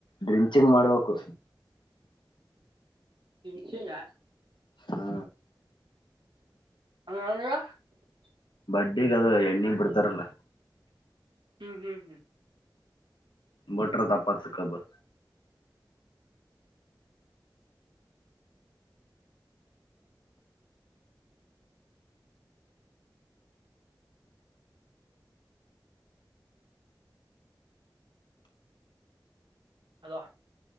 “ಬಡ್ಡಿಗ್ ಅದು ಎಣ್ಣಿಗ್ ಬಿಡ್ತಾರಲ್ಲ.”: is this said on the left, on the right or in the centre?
Left